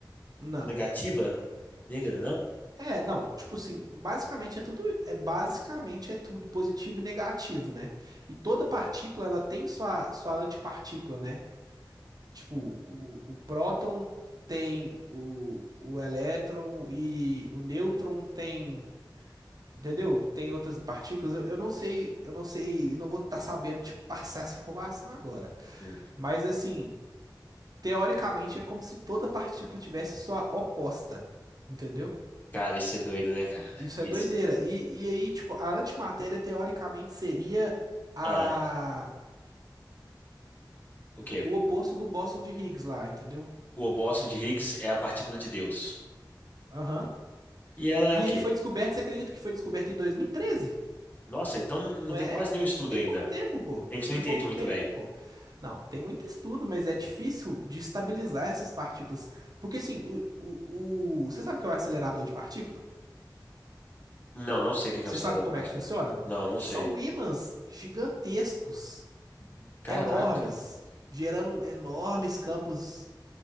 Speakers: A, on the right (about 55°); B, on the left (about 25°).
A: Não.
B: negativa, negra, não?
A: É, não, tipo assim, basicamente é tudo, é basicamente é tudo positivo e negativo, né? E toda partícula ela tem sua sua antipartícula, né? Tipo, o, o próton tem o, o elétron e o nêutron tem, entendeu? Tem outras partículas. Eu, eu não sei, eu não sei, não vou estar sabendo te passar essa informação agora.
B: Hum.
A: Mas assim, teoricamente é como se toda partícula tivesse sua oposta, entendeu?
B: Cara, isso é doido, né, cara?
A: Isso é
B: Isso.
A: doideira. E, e aí, tipo, a antimatéria teoricamente seria a
B: Ah, o quê?
A: o oposto do bóson de Higgs lá, entendeu?
B: O óbolo de Higgs é a partícula de Deus.
A: Aham.
B: E ela é
A: E
B: o quê?
A: ele foi descoberto, você acredita que foi descoberto em 2013?
B: Nossa, então não
A: Não
B: tem
A: é?
B: quase nenhum estudo
A: Tem
B: ainda.
A: pouco tempo, pô.
B: A gente
A: Tem
B: não entende
A: pouco
B: muito
A: tempo,
B: bem.
A: pô. Não, tem muito estudo, mas é difícil de estabilizar essas partículas. Porque assim, o, o, o- você sabe o que é o acelerador de partícula?
B: Não, não sei o que
A: Você
B: é uma sociedade
A: sabe como
B: particular.
A: é que funciona?
B: Não, não
A: São
B: sei.
A: ímãs gigantescos,
B: Caraca.
A: enormes, gerando enormes campos